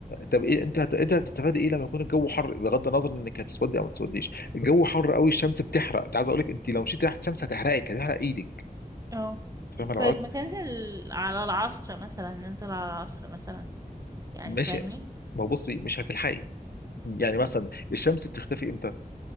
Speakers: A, on the left; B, on the right.
A: طب ايه انت هت... انت هتستفاد ايه لما يكون الجو حر بغض النظر انك هتسودي او ما تسوديش الجو حر قوي الشمس بتحرق انت عايز اقول لك انت لو مشيتي تحت الشمس هتحرقك هتحرق ايدك
B: اه
A: فاهمه لو
B: طيب
A: قعدت
B: ما تنزل على العصر مثلا ننزل على العصر مثلا يعني
A: ماشي
B: فاهمني
A: ما بصي مش هتلحقي يعني مثلا الشمس بتختفي امتى